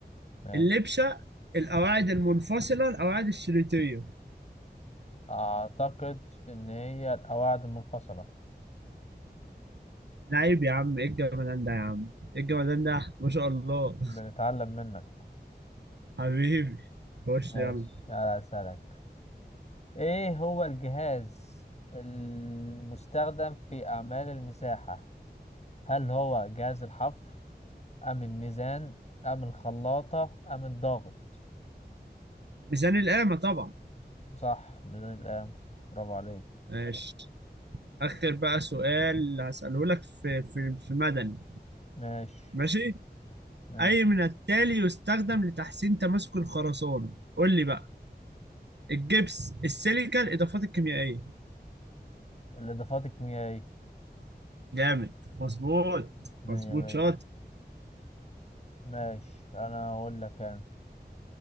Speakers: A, on the left; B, on the right.
A: ماشي
B: اللبشه القواعد المنفصله القواعد الشريطيه
A: اعتقد ان هي القواعد المنفصلة
B: لعيب يا عم ايه الجمدان ده يا عم ايه الجمدان ده ما شاء الله
A: بنتعلم منك
B: <laughs> حبيبي خش
A: ماشي
B: يلا
A: على سلك ايه هو الجهاز المستخدم في اعمال المساحة هل هو جهاز الحفر ام الميزان ام الخلاطة ام الضغط
B: ميزان القامه طبعا
A: صح ميزان الآن برافو عليك
B: ماشي اخر بقى سؤال هساله لك في في في مدني
A: ماشي
B: ماشي
A: ماشي
B: اي من التالي يستخدم لتحسين تماسك الخرسانه قول لي بقى الجبس السيليكا الاضافات الكيميائيه
A: الإضافات الكيميائية
B: جامد مظبوط
A: مية
B: مظبوط
A: مية
B: شاطر
A: ماشي أنا هقول لك أنا